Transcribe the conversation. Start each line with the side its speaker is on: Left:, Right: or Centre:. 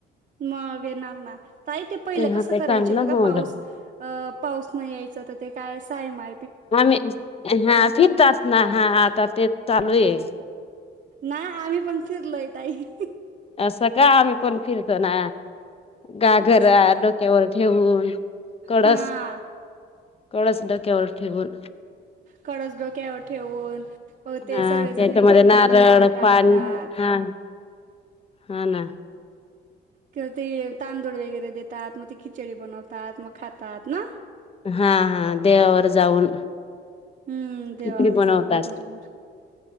Right: मग येणार ते पहिलं
Left: हा
Right: कसं
Left: ते
Right: कराय
Left: चांगलं
Right: बघा
Left: होऊन
Right: पाऊस
Left: जाईल.
Right: पाऊस नाही यायचं तर ते काय अस आहे मा
Left: आ हा फिरतात ना हा आता तेच चालू आहे
Right: ना आम्ही पण फिरलो तई
Left: असं का आम्ही पण फर त ना गागरा
Right: असं का
Left: डोक्यावर ठेवून कळस
Right: हा
Left: कळचंडा केवला ठेबल
Right: कळस घ केव ठेवून हो ते
Left: हा
Right: सगळे जण
Left: त्याच्यामध्ये
Right: एक एक
Left: नारळ
Right: तांब्या पाणी टाकतात
Left: हा हा ना
Right: किंवा ते तांदूळ वगैरे देतात मग ते खिचडी बनवतात मग खातात ना
Left: हा हा देवावर जाऊन
Right: हम्म देवावर
Left: खिचडी बनवतात
Right: जाऊन भरोबर